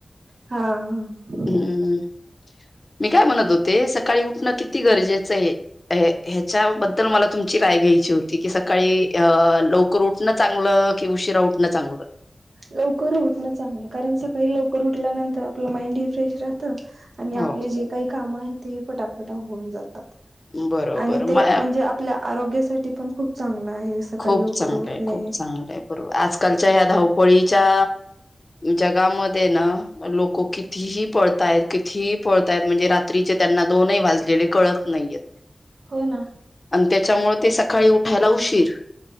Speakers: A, on the right; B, on the left.
A: हा, हं हं.
B: हं. मी काय म्हणत होते, सकाळी उठणं किती गरजेचं ये? ये ह्याच्याबद्दल मला तुमची राय घ्यायची होती. की सकाळी अ लवकर उठणं चांगलं, कि उशिरा उठणं चांगलं?
A: लवकर उठणं चांगलं. कारण सकाळी लवकर उठल्यानंतर आपलं माइंड हि फ्रेश राहतं, आणि आपले
B: हो
A: जे काही काम आहे ते पटापटा होऊन जातात.
B: बरोबर
A: आणि ते
B: म
A: म्हणजे आप पल्या आरोग्यासाठी पण खूप चांगलं आहे. सकाळी
B: खूप
A: लवकर
B: चांगलंये,
A: उठणे.
B: खूप चांगलंये. बरोबर, आजकालच्या ह्या धावपळीच्या जगामध्ये ना लोक हो कितीही पळताय कितीही पळतायत. म्हणजे रात्रीचे त्यांना दोनही वाजलेले कळत नाहीयेत.
A: हो ना.
B: अन त्याच्यामुळे ते सकाळी उठायला उशीर.